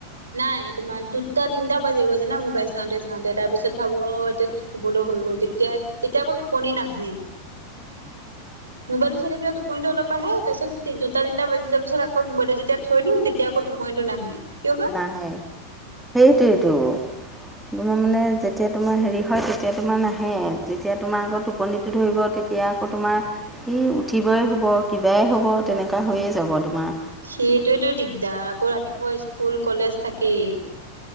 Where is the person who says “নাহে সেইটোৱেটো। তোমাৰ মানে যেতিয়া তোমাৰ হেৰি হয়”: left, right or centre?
Centre